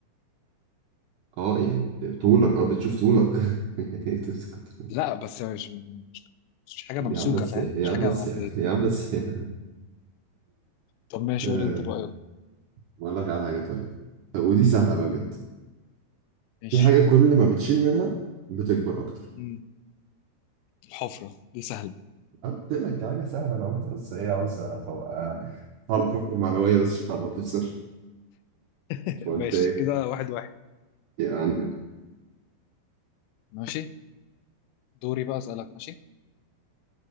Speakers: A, on the right; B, on the left.
A: اه يعني بت- طولك اه بتشوف طولك <laughs> يعني إيه بتمسك الطول؟
B: لا بس مش مش مش حاجه
A: يا
B: ممسوكه
A: عم بس
B: فاهم
A: يا
B: مش
A: عم
B: حاجه
A: بس
B: مبدئيه
A: يا عم بس <laughs>
B: طب ماشي
A: آه،
B: قول انت بقى يلا.
A: اقول لك على حاجه طيب طب ودي سهله بقى
B: مم.
A: بجد
B: ماشي
A: في حاجه كل ما بتشيل منها بتكبر اكتر
B: مم. الحفره دي سهله
A: أنا قلت لك حاجه سهله انا قلت بس ايه عاوز ابقى حاول الطاقه المعنويه بس عشان تعمل تخسر
B: <laughs>
A: فقلت
B: ماشي
A: ايه
B: كده واحد واحد
A: يعني
B: ماشي دوري بقى اسالك ماشي